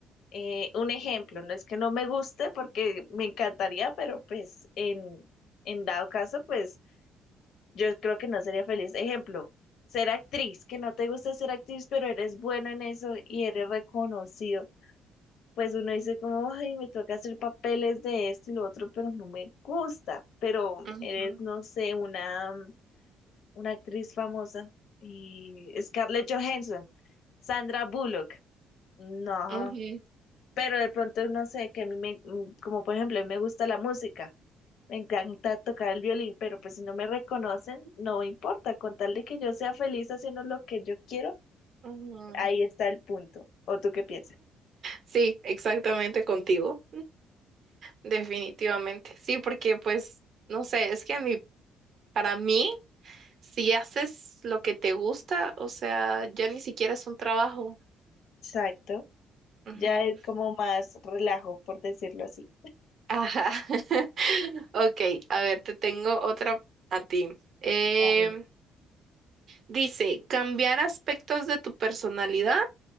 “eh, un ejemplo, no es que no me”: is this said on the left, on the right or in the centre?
Left